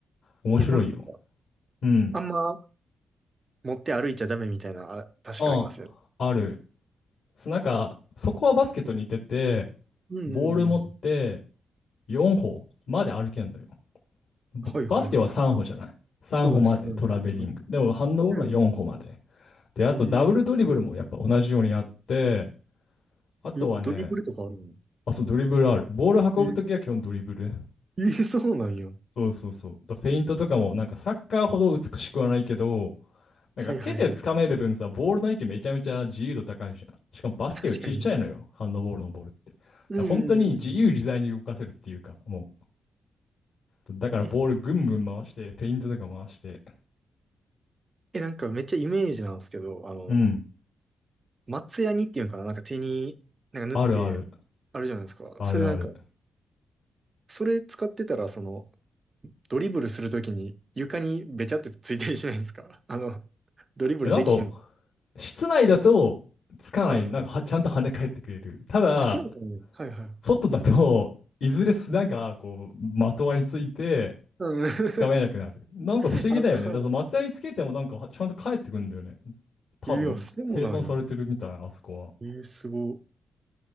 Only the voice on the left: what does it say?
面白いよ。
うん。
あある。そうなんか、そこはバスケットに出て、
ボール持って4歩まで歩けんのよ。ぼバスケは3歩じゃない。
3歩までトラベリング。
でもハンドボールは4歩まで。
で、あとダブルドリブルもやっぱ同じようにやって、
あとはね、
あ、そう、ドリブルある。ボール運ぶときは基本ドリブル。
そうそうそう。だフェイントとかもなんかサッカーほど美しくはないけど、なんか手で掴める分さ、
ボールの位置めちゃめちゃ自由度高いじゃん。しかもバスケよりちっちゃいのよ、
ハンドボールのボールって。だから本当に自由自在に動かせるっていうか、
もう、だからボールぐんぐん回して、
フェイントとか回して。
うん。
あるある、
あるある。
えなんか、室内だと、つかない、
なんかはちゃんと跳ね返ってくれる。ただ、
外だといずれ砂がこうまとわりついて
がめなくなる。なんか不思議だよね。
だから松屋につけてもなんかちゃんと帰ってくんだよね。多分、
計算されてるみたい、あそこは。